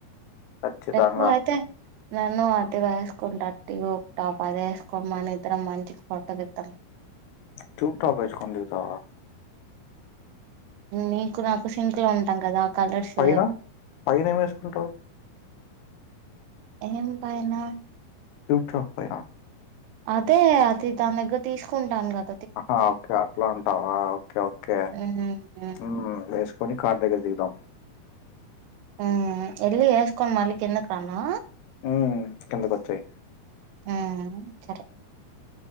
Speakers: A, on the left; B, on the right.
A: ఖచ్చితంగా
B: రప్పు అయితే నన్ను అది వేసుకుంటారు ట్యూబ్ టాప్ అది వేసుకోమని ఇద్దరం మంచిగ ఫోటో దిద్దాం
A: టూప్ టాప్ ఏసుకొని దిగుతవ
B: నీకు నాకు శింక్ లో ఉంటాం కదా కలర్స్
A: పైనా పైన ఏమిసుకుంటావ్
B: ఎం పైనా
A: ట్యూప్ టాప్ పైన
B: అదే అతి దాని దగ్గర తీసుకుంటాను కద్
A: ఆ ఓకే అట్లా ఉంటావా ఓకే ఓకే
B: మ్మ్ మ్మ్
A: మ్ వేసుకో కొని కార్ దగ్గర దిగుదాం
B: ఉ ఎళ్ళి వేసుకొని మళ్ళికిందకు రానా
A: ఉ కిందక వచ్చేయి
B: ఆ సరే